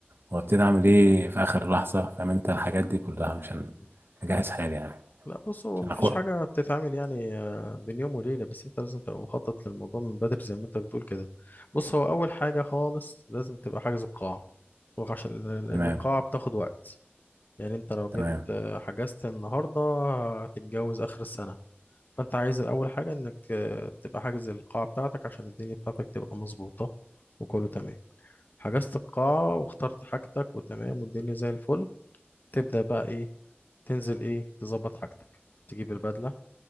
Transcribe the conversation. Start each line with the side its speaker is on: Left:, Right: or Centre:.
Right: وابتدي
Left: مم.
Right: اعمل ايه في اخر لحظه فاهم انت الحاجات دي كلها عشان
Left: مم.
Right: اجهز حالي يعني
Left: لا بص هو
Right: عشان
Left: مفيش
Right: اخو
Left: حاجه بتتعمل يعني آه، بين يوم وليله بس انت لازم تبقى مخطط للموضوع من بدري زي ما انت بتقول كده بص هو اول حاجه خالص لازم تبقى حاجز القاعه وعشان
Right: تمام
Left: لان القاعه بتاخد وقت يعني انت لو
Right: تمام
Left: جيت آه، حجزت النهارده هتتجوز اخر السنه فانت عايز الاول حاجه انك آه، تبقى حاجز القاعه بتاعتك عشان الدنيا بتاعتك تبقى مظبوطه وكله تمام حجزت القاعه واخترت حاجتك وتمام والدنيا زي الفل تبدا بقى ايه تنزل ايه تظبط حاجتك تجيب البدله